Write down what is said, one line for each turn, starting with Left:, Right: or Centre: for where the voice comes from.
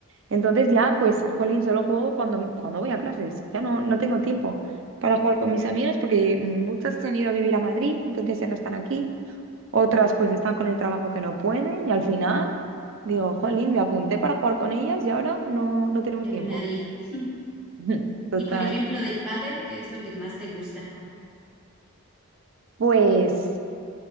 Right: Entonces ya, pues, jolín, solo juego cuando, cuando voy a clases. Ya no, no tengo tiempo para jugar con mis amigas porque muchas se han ido a vivir a Madrid, entonces ya no están aquí. Otras pues están con el trabajo que no pueden y al final digo, jolín, me apunté para jugar con ellas y ahora no, no tenemos
Centre: Ya
Right: tiempo.
Centre: no hay nadie. <laughs>
Right: <laughs> Total.
Centre: Y por ejemplo, del pádel, ¿qué es lo que más te gusta?
Right: Pues...